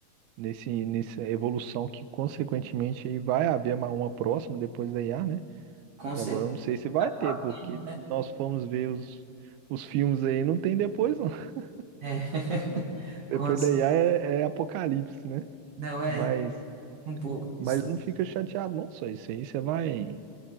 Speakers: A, on the right (about 85°); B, on the right (about 45°).
A: Nesse, nessa evolução que, consequentemente, aí vai haver uma uma próxima depois da IA, né?
B: Com
A: E
B: certeza.
A: Agora eu não sei se vai
B: tá
A: ter, porque
B: tendo, né?
A: se nós formos ver os, os filmes aí, não tem depois, não. <laughs>
B: É. <laughs>
A: Depois
B: Com certeza.
A: da IA é, é apocalipse, né?
B: Não, é
A: Mas,
B: um pouco
A: mas
B: disso. também.
A: não fica chateado, não, só isso aí. Você vai